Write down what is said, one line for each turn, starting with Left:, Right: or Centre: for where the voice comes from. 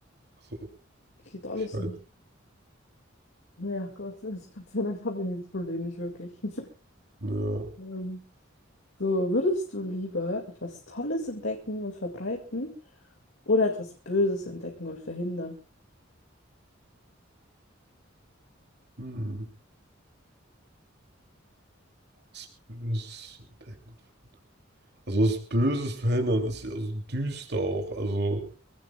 Right: also,
Left: geht alles
Right: ich weiß,
Left: nicht. Ja, Gott, das Gott sei Dank habe ich dieses Problem nicht wirklich. <laughs>
Right: ja,
Left: Ähm, So, würdest du lieber etwas Tolles entdecken und verbreiten oder etwas Böses entdecken und verhindern?
Right: hm. Was Böses entdecken. Also das Böses verhindern ist ja so düster auch. Also